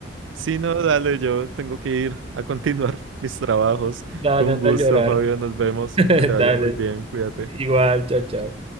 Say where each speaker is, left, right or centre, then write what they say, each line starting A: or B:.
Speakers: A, on the right; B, on the right.
A: Sí, no, dale, yo tengo que ir a continuar <laughs> mis trabajos.
B: Dale,
A: Fue un
B: anda
A: gusto,
B: a llorar.
A: Fabio, nos vemos.
B: <laughs>
A: Que te vaya
B: Dale.
A: muy bien, cuídate.
B: Igual, chao, chao.